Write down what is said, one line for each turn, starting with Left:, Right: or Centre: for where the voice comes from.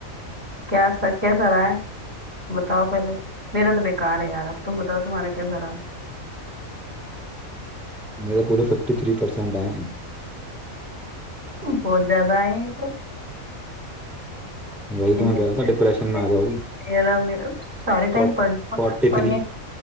Right: क्या कैसा रहा है बताओ पहले मेरा तो बेकार है यार अब तुम बताओ तुम्हारा कैसा रहा
Centre: मेरे पूरे फिफ्टी थ्री परसेंट आए हैं
Right: बहुत ज्यादा आए हैं तो
Centre: वही
Right: नहीं
Centre: तो
Right: मेरे
Centre: मैं कह रहा था डिप्रेशन में
Right: मे-
Centre: आ जाओगी
Right: मेरा मेरा तो सारे टाइम
Centre: फोर्टी
Right: पढ़ पढ़ने
Centre: थ्री